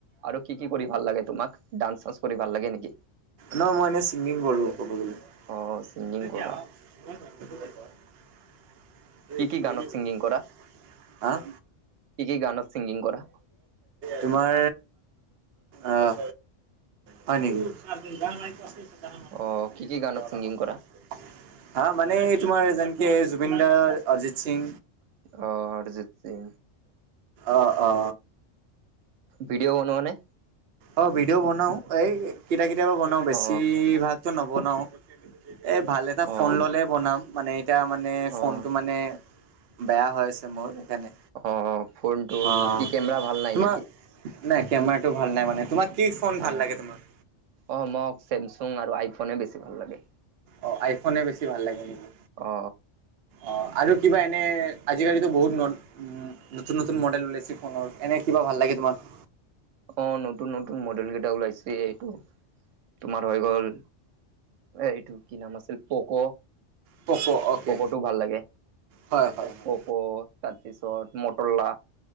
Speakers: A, on the right; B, on the right.
A: আৰু কি কি কৰি ভাল লাগে তোমাৰ? ডান্স চানস কৰি ভাল লাগে নেকি?
B: নহয় মই এনেই ছিংগিং কৰোঁ, ক'ব গ'লে।
A: অ ছিংগিং
B: <unintelligible>
A: কৰা কি কি গানত ছিংগিং কৰা
B: হাঁ'
A: কি কি গানত ছিংগিং কৰা
B: তোমাৰ আঁ হয় নেকি? <unintelligible>
A: অ কি কি গানত ছিংগিং কৰা
B: হা মানে তোমাৰ যেনেকে জুবিন দা অৰ্জিত সিং
A: অ অৰিজিত সিং
B: অ অ।
A: ভিডিঅ' বনোৱা নে?
B: অ ভিডিঅ' বনাও, এই কেতিয়াবা কেতিয়াবা বনাও বেছি
A: অ
B: ভাগতো নবনাও। এ ভাল এটা
A: অ
B: ফোন ললে বনাম। মানে এতিয়া মানে
A: অ
B: ফোনটো মানে বেয়া হৈ আছে মোৰ সেইকাৰণে।
A: অ ফোনটো
B: অ'
A: কি কেমেৰা ভাল নাই
B: তোমাৰ
A: নেকি?
B: নাই কেমেৰাটো ভাল নাই মানে, তোমাক কি ফোন
A: অ',
B: ভাল লাগে তোমাৰ?
A: অ মোক ছেমছাং আৰু আইফোনে বেছি ভাল লাগে।
B: অ আইফোনে বেছি ভাল লাগে নেকি?
A: অ।
B: অ আৰু কিবা এনে আজিকালিতো বহুত ন উম নতুন নতুন মডেল ওলাইছে ফোনৰ এনে কিবা ভাল লাগে তোমাক?
A: অঁ নতুন নতুন মডেল কেইটা ওলাইছে এইটো তোমাৰ হৈ গ'ল এইটো কি নাম আছিল প'ক'
B: প'ক' অ'কে
A: প'ক'টো ভাল লাগে প'ক'
B: হয় হয় হয়
A: তাৰপিছত মটৰলা।